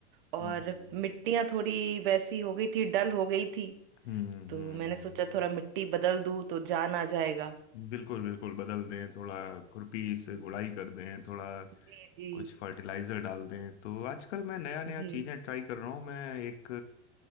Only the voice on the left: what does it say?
हम्म
हम्म
हम्म,
बिल्कुल बिल्कुल बदल दें थोड़ा खुरपी से
गुड़ाई कर दें थोड़ा
कुछ फर्टिलाइजर डाल दें तो आजकल मैं नया नया
चीज़ें ट्राई कर रहा हूँ मैं एक